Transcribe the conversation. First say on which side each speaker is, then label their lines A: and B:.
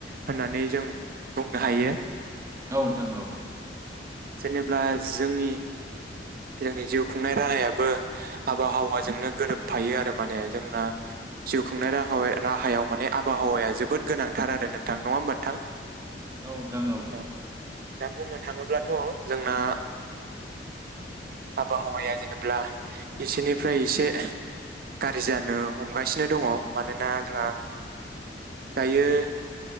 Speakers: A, on the right; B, on the right.
A: होननानै जों बुंनो हायो ।
B: औ नोंथां औ ।
A: जेनेब्ला जोंनि जोंनि जिउ खुंनाय राहायाबो आबहावाजोंनो गोरोबफायो आरो माने जोंना जिउ खुंनाय राहा वे राहायाव माने आबहावाया जोबोद गोनांथार आरो नोंथां नङा होमब नोंथां ।
B: औ नोंथां औ ।
A: औ दा बुंनो थाङोब्लाथ' जोंना आबहावाया जेनेब्ला एसेनिफ्राय एसे गारि जानो हमगासिनो दङ' मानोना जोंहा दायो